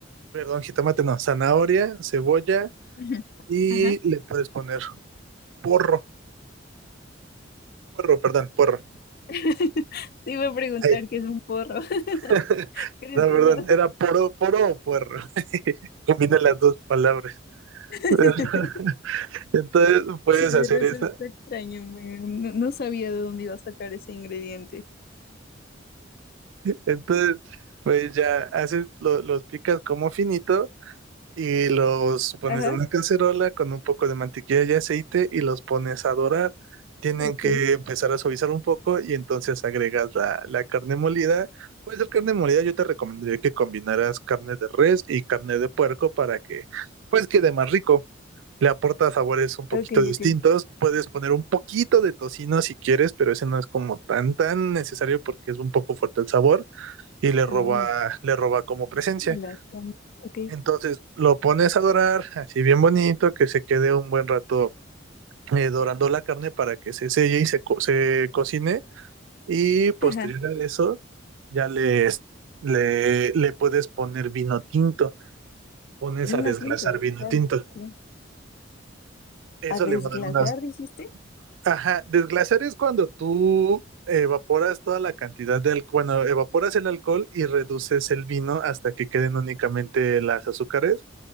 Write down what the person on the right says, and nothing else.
perdón, jitomate no, zanahoria, cebolla,
y
le puedes poner porro, porro, perdón, porro.
Ahí.
<laughs>
No,
perdón,
era poro, poro o puerro. <laughs> combina las dos palabras.
<laughs> Entonces puedes
hacer
eso
Entonces, pues ya haces, lo- los picas como finito y los pones
en una cacerola con un poco de mantequilla y aceite y los pones a dorar. Tienen
que empezar a suavizar un poco y entonces agregas la, la carne molida. Pues la carne molida yo te recomendaría que combinaras carne de res y carne de puerco para que pues quede más rico. Le aporta sabores un poquito
distintos.
Puedes poner un poquito de tocino si quieres, pero ese no es como tan tan necesario porque es un poco fuerte el sabor y le roba,
le roba como presencia.
Entonces lo pones a dorar, así bien bonito, que se quede un buen rato eh, dorando la carne para que se selle y se, co- se cocine. Y posterior
a eso, ya les, le, le puedes poner vino tinto. Pones
a desglasar
vino
tinto.
Eso
le va a dar unas...
Ajá, desglasar es cuando tú evaporas toda la cantidad de alcohol, bueno, evaporas el alcohol y reduces el vino hasta que queden únicamente las azúcares